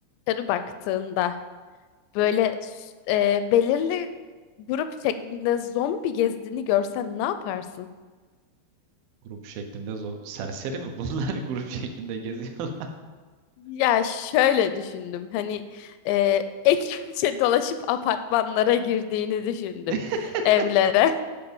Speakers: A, on the left; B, on the right.
A: dışarı baktığında böyle s- e, belirli grup şeklinde zombi gezdiğini görsen ne yaparsın?
B: Grup şeklinde zor. Serseri mi bunlar <laughs> grup şeklinde geziyorlar?
A: Ya şöyle düşündüm hani e, <laughs> ekipçe dolaşıp apartmanlara girdiğini düşündüm
B: <laughs>
A: evlere